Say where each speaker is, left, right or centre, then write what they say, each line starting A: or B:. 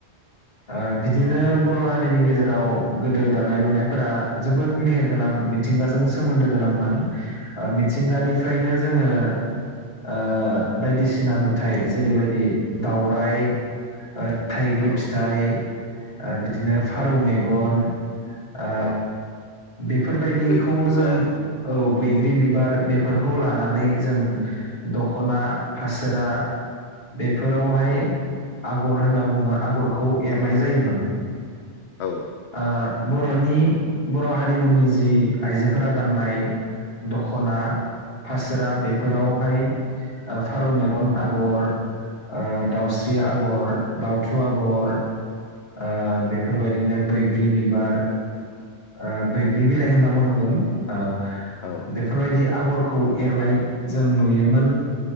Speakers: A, on the left; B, on the left.
A: ओ बिदिनो बर' हारिनि गेजेराव गोदो दानाय लुनायफोरा जोबोद मेहेरगोनां मिथिंगाजों सोमोन्दो गोनांमोन ओ मिथिंगानिफ्रायनो जोङो ओ बायदिसिना नुथाय जेरैबायदि दावराय ओ थाइगिर
B: औ
A: फिथाइ ओ बिदिनो फारौ
B: औ
A: मेगन आ
B: औ
A: बेफोरबायदिखौ
B: बैग्रि बिबार
A: जों औ बैग्रि बिबार। बेफोरखौ लानानै जों दख'ना फासोरा बे फोरावहाय
B: औ
A: आगर होनना बुङो। आगरखौ एरनाय जायोमोन
B: औ
A: आ बर'नि बर' हारिमुनि जि आइजोफोरा गाननाय दखना फासोरा बेफोरावहाय ओ फारौ मेगन आगर ओ दाउस्रि आगर दाउ। थु आगर
B: औ
A: ओ बेफोरबायदिनो बैग्रि बिबार ओ बैग्रि बिलाइ होनना बुंनांगोन औ
B: औ
A: बेफोर बायदि आगरखौ एरनाय जों नुयोमोन